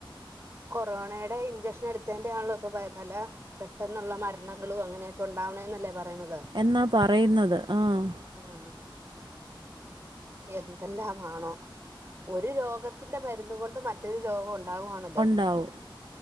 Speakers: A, on the right; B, on the right.
A: കൊറോണയുടെ ഇഞ്ചക്ഷൻ എടുത്തേന്റെ ആണല്ലോ ഇപ്പ പ പല പെട്ടെന്നുള്ള മരണങ്ങളും അങ്ങനെയൊക്കെ ഉണ്ടാവണെ എന്നല്ലേ പറയുന്നത്
B: എന്നാ പറയുന്നത് ആഹ്
A: ആഹ് എന്തെല്ലാമാണോ ഒരു രോഗത്തിന്റ മരുന്ന് കൊണ്ട് മറ്റൊരു രോഗമുണ്ടാകുവാണല്ലോ
B: ണ്ടാവും